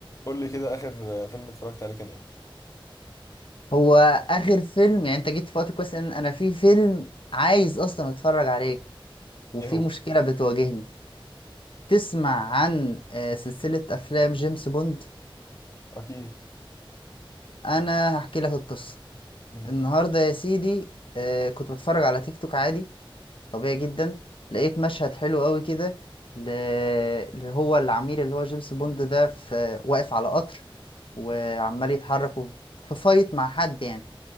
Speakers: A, on the left; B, on the left.
A: قول لي كده آخر فيلم اتفرجت عليه كان إيه؟
B: هو اخر فيلم يعني انت جيت في وقت كويس ان انا في فيلم عايز اصلا اتفرج عليه وفي
A: إيه هو؟
B: مشكله بتواجهني تسمع عن آه، سلسله افلام جيمس بوند
A: أكيد
B: انا هحكي لك القصه
A: ماشي
B: النهارده يا سيدي آه، كنت بتفرج على تيك توك عادي طبيعي جدا لقيت مشهد حلو قوي كده ل- اللي هو العميل اللي هو جيمس بوند ده في واقف على قطر وعمال يتحرك في فايت مع حد يعني